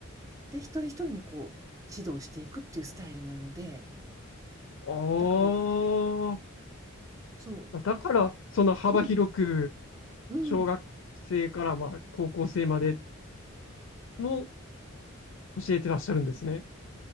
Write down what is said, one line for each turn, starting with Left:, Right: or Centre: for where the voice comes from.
Right: で、一人一人にこう、指導していくっていうスタイルなので、
Left: あー。
Right: だから、そう、
Left: あだから、その幅広く、
Right: うん、うん、
Left: 小学生からまあ高校生までの教えてらっしゃるんですね。